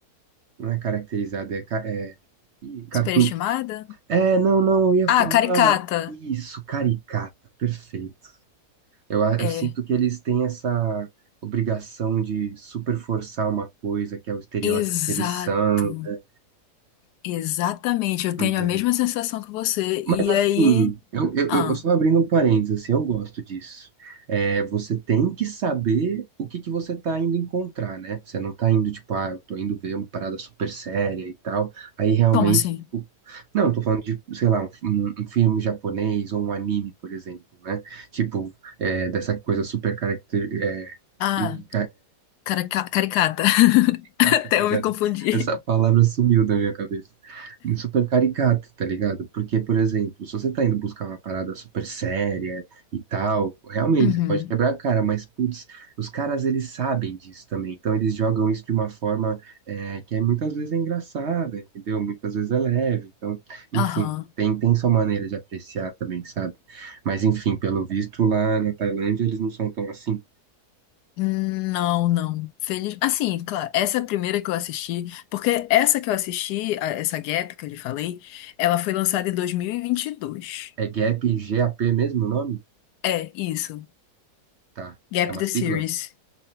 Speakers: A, on the right (about 60°); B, on the left (about 85°).
A: não é caracterizada, é, ca- é Ih, cartoon.
B: Superestimada?
A: É, não, não, eu ia
B: Ah,
A: falar
B: caricata.
A: isso, caricata, perfeito. Eu, a- eu
B: É.
A: sinto que eles têm essa obrigação de super forçar uma coisa que é o estereótipo
B: Exato.
A: que eles são, né?
B: Exatamente. Eu
A: Hum,
B: tenho a
A: é.
B: mesma sensação que você.
A: Mas
B: E
A: assim,
B: aí.
A: eu, eu,
B: Ah,
A: eu eu só abrindo um parênteses, assim, eu gosto disso. É, você tem que saber o que que você tá indo encontrar, né? Você não tá indo, tipo, ah, eu tô indo ver uma parada super séria e tal. Aí realmente,
B: como assim?
A: tipo, não, eu tô falando de, sei lá, um, um um filme japonês ou um anime, por exemplo, né? Tipo, é, dessa coisa super caracter, é,
B: Ah,
A: e,
B: carica- caricata.
A: Caricato,
B: <laughs> Até
A: obrigado.
B: eu me confundi.
A: Essa palavra sumiu da minha cabeça. Super caricato, tá ligado? Porque, por exemplo, se você tá indo buscar uma parada super séria e tal, realmente
B: Uhum.
A: você pode quebrar a cara, mas, putz, os caras eles sabem disso também. Então eles jogam isso de uma forma é, que é, muitas vezes é engraçada, entendeu? Muitas vezes é leve. Então, enfim,
B: Aham.
A: tem, tem sua maneira de apreciar também, sabe? Mas, enfim, pelo visto lá na Tailândia eles não são tão assim.
B: Hum, Não, não. Feliz. Assim, claro, essa é primeira que eu assisti, porque essa que eu assisti, a- essa Gap que eu lhe falei, ela foi lançada em dois mil e e vinte e dois.
A: É GAP, GAP mesmo o nome?
B: É, isso.
A: Tá.
B: Gap
A: É uma
B: the
A: sigla?
B: Series.